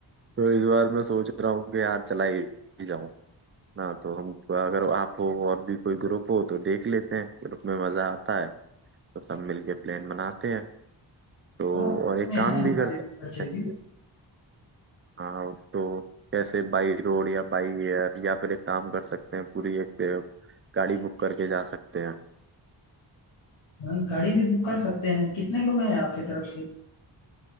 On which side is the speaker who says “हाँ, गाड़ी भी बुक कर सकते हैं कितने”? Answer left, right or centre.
Left